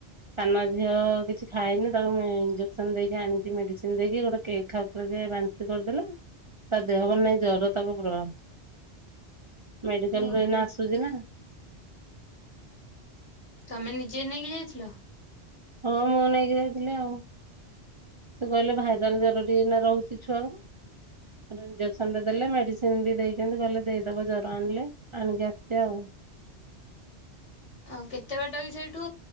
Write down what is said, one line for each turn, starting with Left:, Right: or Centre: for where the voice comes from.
Right: ସାନ ଝିଅ କିଛି ଖାଇନି ତାକୁ ମୁଁ ଇଞ୍ଜେକ୍ସନ ଦେଇକି ଆଣିଚି ମେଡିସିନ ଦେଇକି ଗୋଟେ କେକ୍ ଖାଉଥିଲା ସେ ବାନ୍ତି କରିଦେଲା ତା ଦେହ ଭଲ ନାହିଁ ଜର ତାକୁ ପ୍ରବଳ। ମେଡିକାଲରୁ
Left: ଓହୋ
Right: ଏଇନା ଆସୁଛି ନା।
Left: ତମେ ନିଜେ ନେଇକି ଯାଇଥିଲ?
Right: ହଁ ମୁଁ ନେଇକି ଯାଇଥିଲି ଆଉ। ସେ କହିଲେ ଭାଇରାଲ ଜର ଟିକେ ଏଇନା ରହୁଛି ଛୁଆଙ୍କୁ। ତାପରେ ଇଞ୍ଜେକ୍ସନଟେ ଦେଲେ ମେଡିସିନ ବି ଦେଇଚନ୍ତି କହିଲେ ଦେଇଦବ ଜର ଆଣିଲେ ଆଣିକି ଆସିଚି ଆଉ।
Left: ଆଉ କେତେ ବାଟ କି ସେଇଠୁ